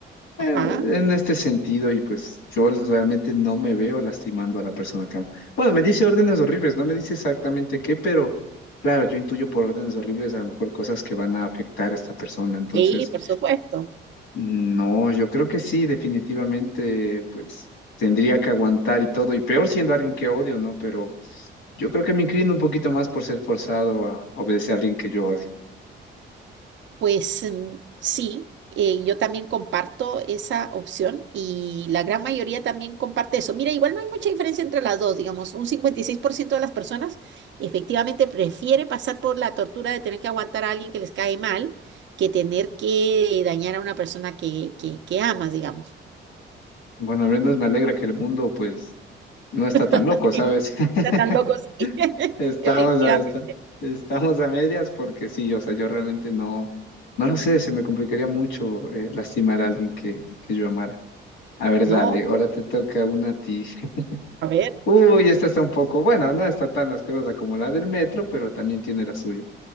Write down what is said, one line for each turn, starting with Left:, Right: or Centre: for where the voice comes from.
Left: eh,
Right: Ajá.
Left: en este sentido y pues yo realmente no me veo lastimando a la persona que amo. Bueno, me dice órdenes horribles, no me dice exactamente qué, pero claro, yo intuyo por órdenes horribles a lo mejor cosas que van a afectar a esta persona. Entonces,
Right: Sí, por supuesto.
Left: no, yo creo que sí, definitivamente, pues tendría que aguantar y todo, y peor siendo alguien que odio, ¿no? Pero yo creo que me inclino un poquito más por ser forzado a obedecer a alguien que yo odio.
Right: Pues mm, sí, eh, yo también comparto esa opción y la gran mayoría también comparte eso. Mira, igual no hay mucha diferencia entre las dos, digamos, un 56% de las personas efectivamente prefiere pasar por la tortura de tener que aguantar a alguien que les cae mal que tener que dañar a una persona que, que, que amas, digamos.
Left: Bueno, al menos me alegra que el mundo, pues, no está tan
Right: <laughs>
Left: loco, ¿sabes? <laughs>
Right: Está tan loco, sí. <laughs>
Left: Estamos
Right: Efectivamente.
Left: a, esta- estamos a medias porque sí, yo, o sea, yo realmente no, no lo sé, se me complicaría mucho eh, lastimar a alguien que, que yo amara. A ver,
Right: No,
Left: dale, ahora te toca una a ti. <laughs>
Right: a ver,
Left: Uy, esta está un poco, bueno, no está tan asquerosa como la del metro, pero también tiene la suya.